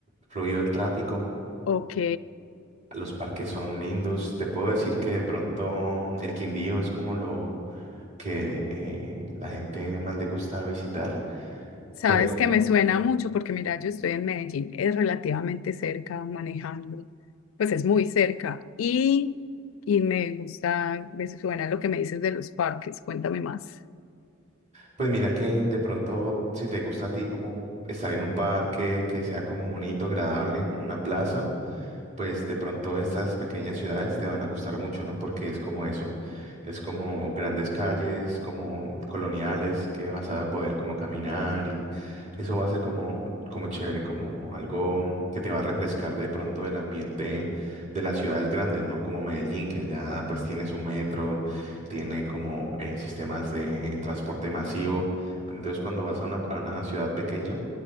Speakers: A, on the right (about 35°); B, on the left (about 80°).
A: fluido el tráfico.
B: Ok.
A: Los parques son lindos. Te puedo decir que de pronto mm, el Quindío es como lo que eh, la gente más le gusta visitar.
B: Sabes
A: Te recom-
B: que me suena mucho porque mira, yo estoy en Medellín, es relativamente cerca manejando, pues es muy cerca y, y me gusta, me suena lo que me dices de los parques, cuéntame más.
A: Pues mira que de pronto, si te gusta a ti como estar en un parque que sea como bonito, agradable, o una plaza pues de pronto estas pequeñas ciudades te van a gustar mucho, ¿no? Porque es como eso, es como grandes calles, como coloniales que vas a poder como caminar y eso va a ser como, como chévere, como algo mm, que te va a refrescar de pronto del ambiente de las ciudades grandes, ¿no? Como Medellín, que ya pues tiene su metro, tiene como eh, sistemas de transporte masivo, pero entonces cuando vas a una, a una ciudad pequeña,